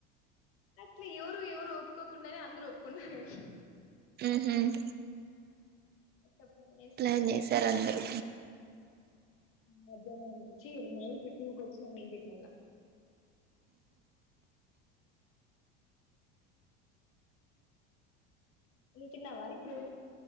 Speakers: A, on the left; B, on the right.
A: అట్లా ఎవరు ఎవరు ఒప్పుకోకుండానే అందరు ఒప్పుకున్నారు.
B: ఉహుమ్
A: టప్ అనేసి
B: అ చేశారు అందరు
A: మధ్యాహ్నం నుంచి నైట్ టూకు వచ్చినాం ఇంటికి మళ్ళా నువ్వు తిన్నావా ఇప్పుడు